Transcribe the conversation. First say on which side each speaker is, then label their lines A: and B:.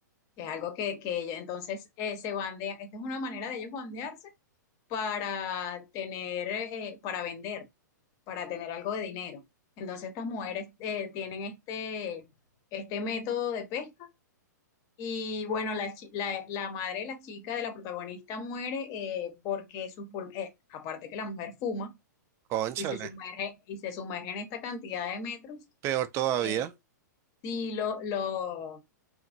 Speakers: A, on the left; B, on the right.
A: Es algo que, que ellos entonces eh, se bandean. Esta es una manera de ellos bandearse para tener, eh, para vender, para tener algo de dinero. Entonces estas mujeres eh, tienen este, este método de pesca y bueno, la, chi- la, la madre de la chica, de la protagonista, muere eh, porque sus pul- eh, aparte que la mujer fuma
B: Cónchale,
A: y se sumerge, y se sumerge en esta cantidad de metros,
B: peor todavía.
A: eh, sí lo, lo,